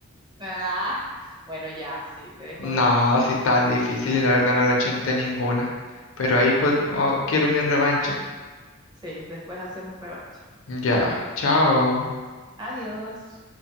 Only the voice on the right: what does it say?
Ah, bueno, ya, sí, te dejo
ganar.
No,
sí, después hacemos revancha.
Adiós.